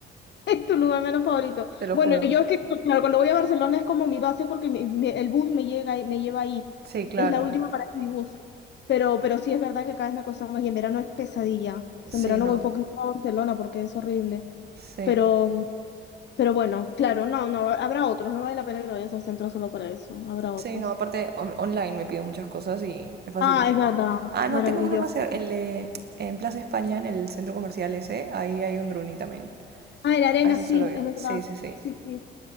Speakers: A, on the left; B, on the right.
A: <laughs> Es tu lugar menos favorito.
B: Te lo
A: Bueno,
B: juro.
A: yo es que, claro, cuando voy a Barcelona es como mi base porque mi- mi- el bus me llega, y me lleva ahí.
B: Sí, claro.
A: Es la última parada de mi bus. Pero, pero sí es verdad que cada vez me cuesta más y en verano es pesadilla. O sea,
B: Sí,
A: en verano
B: no.
A: voy poquito a Barcelona porque es horrible.
B: Sí.
A: Pero, pero bueno, claro, no, no, habrá otros. No vale la pena que te vayas al centro solo para eso. Habrá otros.
B: Sí, no. Aparte, on- online me pido muchas cosas y es facilísimo.
A: Ah, es verdad.
B: Ah,
A: Maravilloso.
B: no, tengo uno más, cer- el de, en Plaza España, en el centro comercial ese, ahí hay un Druni también.
A: Ah, en la arena,
B: A ese
A: sí,
B: suelo ir.
A: es verdad.
B: Sí, sí, sí.
A: Sí, sí.